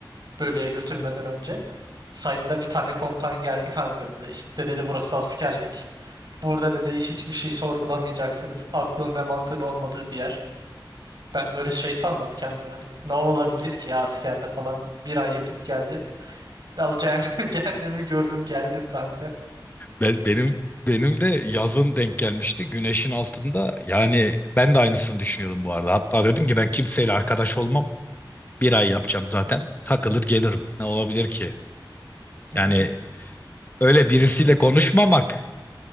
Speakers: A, on the right (about 55°); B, on the left (about 20°).
A: bölüye götürmeden önce. Sayında bir tane komutan geldi kanka bize. İşte dedi burası askerlik. Burada dedi hiçbir şey sorgulamayacaksınız. Aklın ve mantığın olmadığı bir yer. Ben böyle şey sandım kendim hani ne olabilir ki ya askerde falan bir ay yapıp geleceğiz. Ya cehennem, <laughs> cehennemi gördüm geldim kanka.
B: Be- benim benim de yazın denk gelmişti. Güneşin altında. Yani ben de aynısını düşünüyordum bu arada. Hatta dedim ki ben kimseyle arkadaş olmam. Bir ay yapacağım zaten. Takılır gelirim. Ne olabilir ki?
A: Hı
B: Yani
A: hı.
B: öyle birisiyle konuşmamak